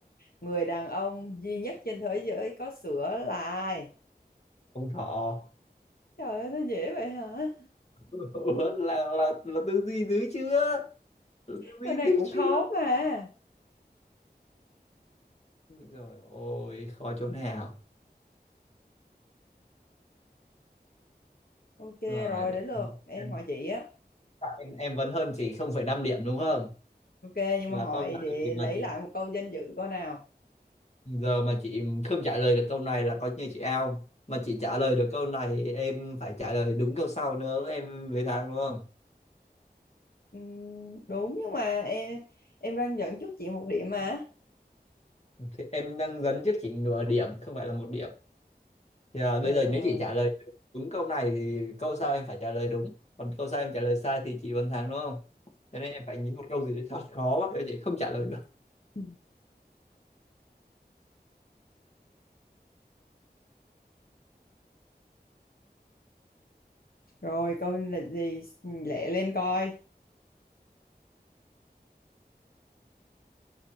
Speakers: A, on the left; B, on the left.
A: người đàn ông duy nhất trên thế giới có sữa là ai?
B: ông thọ
A: Trời ơi, nó dễ vậy hả?
B: <laughs> Ủa, là, là là tư duy dữ chưa là tư
A: Câu
B: duy
A: này
B: dữ
A: cũng khó
B: chưa
A: mà.
B: rồi ôi khó chỗ nào
A: Ok
B: rồi
A: rồi
B: để
A: đến lượt
B: em
A: em
B: em
A: hỏi chị á
B: em em vẫn hơn chị không phẩy năm điểm đúng không
A: Ok, nhưng
B: và
A: mà hỏi
B: câu này
A: để
B: thì mà
A: lấy
B: chị
A: lại một câu danh dự coi nào.
B: giờ mà chị không trả lời được câu này là coi như chị out mà chị trả lời được câu này em phải trả lời đúng câu sau nữa em về thắng đúng không
A: Ừm, đúng nhưng mà em em đang dẫn trước chị một điểm mà.
B: thì em đang dẫn trước chị nửa điểm không phải là một điểm thì à,
A: Ờ,
B: bây giờ
A: ờ.
B: nếu chị trả lời đúng câu này thì câu sau em phải trả lời đúng còn câu sau em trả lời sai thì chị vẫn thắng đúng không cho nên em phải nghĩ một câu gì đó thật khó quá để chị không trả lời được
A: Ừ. rồi câu là gì? Lẹ lên coi.